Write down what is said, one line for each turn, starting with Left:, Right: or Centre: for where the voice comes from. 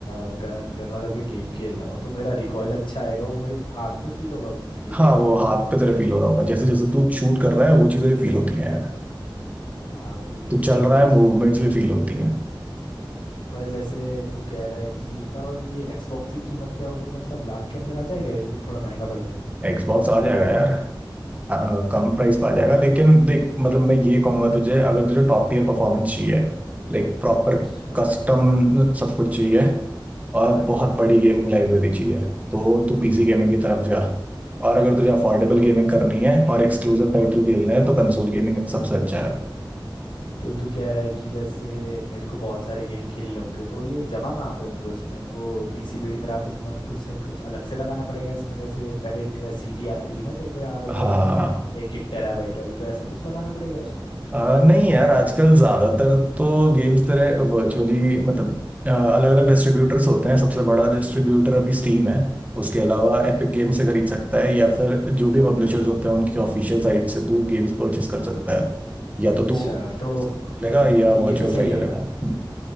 Left: अ, गन गन वाला कोई गेम खेल रहा हूँ तो मेरा रिकॉयल अच्छा आएगा वो मेरे हाथ में फील होगा उसमें रिमोट
Right: हाँ वो
Left: के
Right: हाथ पे तेरे फील हो रहा होगा जैसे जैसे तू शूट कर रहा है वो चीजें भी फील होती हैं यार
Left: वाह भाई ये
Right: तो
Left: तो बड़ी
Right: चल रहा
Left: तगड़ी
Right: है
Left: चीज़
Right: मूवमेंट्स
Left: है
Right: भी फील होती हैं
Left: पर जैसे तू कह रहा है कि और ये एक्सबॉक्स की कीमत क्या होगी मतलब लाख के अंदर आ जाएगा ये या थोड़ा महंगा पड़ेगा
Right: Xbox आ जाएगा यार हाँ, कम प्राइस पर आ जाएगा लेकिन देख मतलब मैं ये कहूंगा तुझे अगर तुझे टॉप टीयर परफॉर्मेंस चाहिए लाइक प्रॉपर
Left: अच्छा
Right: कस्टम सब कुछ चाहिए और बहुत बड़ी गेमिंग लाइब्रेरी चाहिए तो तू पीसी गेमिंग की तरफ जा और अगर तुझे अफोर्डेबल
Left: तो
Right: गेमिंग करनी है और एक्सक्लूसिव टाइटल खेलने हैं तो कंसोल गेमिंग सबसे अच्छा है
Left: तो तू कह रहा है कि जैसे मेरे को बहुत सारे गेम खेलने होंगे तो ये जमा कहाँ पे होंगे उसमें वो पीसी बिल्ड कराते समय हमें कुछ कुछ अलग से लगाना पड़ेगा इसमें जैसे पहले सीडी आती थी ना तेरे को याद होगा
Right: हाँ
Left: वो एक एक टेराबाइट वाली तो ऐसा कुछ लगाना पड़ेगा उसमें
Right: आ, नहीं यार आजकल ज्यादातर तो गेम्स तेरे वर्चुअली मतलब अलग अलग डिस्ट्रीब्यूटर्स होते हैं सबसे बड़ा डिस्ट्रीब्यूटर अभी स्टीम है उसके अलावा एपिक गेम से खरीद सकता है या फिर जो भी पब्लिशर्स होते हैं उनकी ऑफिशियल साइट से तू गेम्स परचेस कर सकता है या
Left: अच्छा
Right: तो तू
Left: तो हाँ
Right: लेगा या
Left: तो ये
Right: वर्चुअल
Left: तो सही
Right: फाइल
Left: है
Right: लेगा हम्म,